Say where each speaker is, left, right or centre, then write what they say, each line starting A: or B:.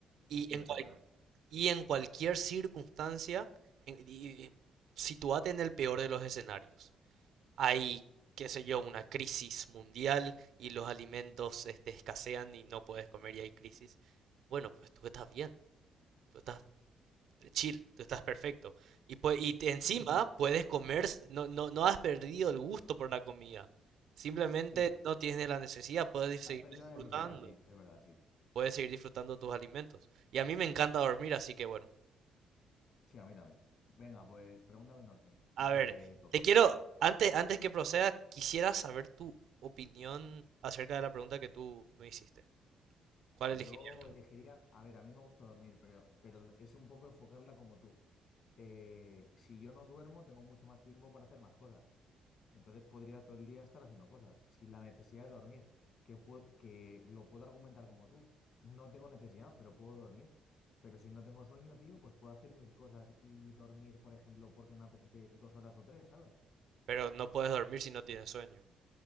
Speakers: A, on the right (about 70°); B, on the left (about 65°).
A: Y
B: Hombre,
A: en, cual-
B: eso es verdad.
A: y en cualquier circunstancia, en- y- y- sitúate en el peor de los escenarios. Hay, qué sé yo, una crisis mundial y los alimentos este, escasean y no puedes comer y hay crisis. Bueno, pues tú estás bien, tú estás chill, tú estás perfecto. Y, pue- y te- encima
B: Mm,
A: puedes comer, s- no, no, no has perdido el gusto por la comida. Simplemente
B: sí.
A: no tienes la necesidad, puedes seguir
B: Has perdido
A: disfrutando
B: la necesidad, sí, es verdad, sí.
A: puedes seguir disfrutando tus alimentos. Y a mí me encanta dormir, así que bueno.
B: Sí, a mí también. Venga, pues pregúntame tú a mí,
A: A
B: a ver
A: ver,
B: qué toca.
A: te quiero, antes, antes que proceda, quisiera saber tu opinión acerca de la pregunta que tú me hiciste. ¿Cuál
B: Yo
A: elegirías?
B: elegiría, a ver, a mí me gusta dormir, pero, pero es un poco enfocarla como tú. Eh, si yo no duermo, tengo mucho más tiempo para hacer más cosas. Entonces podría todo el día estar haciendo cosas, sin la necesidad de dormir, que, puedo que lo puedo argumentar como tú. No tengo necesidad, pero puedo dormir. Pero si no tengo sueño, tío, pues puedo hacer mil cosas y dormir, por ejemplo, porque me apetece dos horas o tres, ¿sabes?
A: Pero no puedes dormir si no tienes sueño.